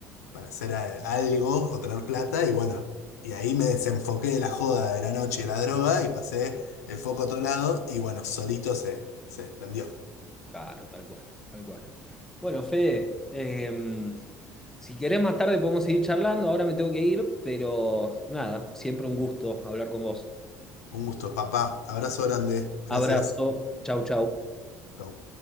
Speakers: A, on the left; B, in the centre.
A: para hacer a- algo o tener plata, y bueno, y ahí me desenfoqué de la joda de la noche y de la droga y pasé el foco a otro lado, y bueno, solito se, se prendió
B: claro, tal cual, tal cual. Bueno, Fede, em, si querés más tarde podemos seguir charlando, ahora me tengo que ir, pero nada, siempre un gusto hablar con vos.
A: Un gusto, papá. Abrazo grande. Gracias.
B: Abrazo, chau, chau.
A: Chau.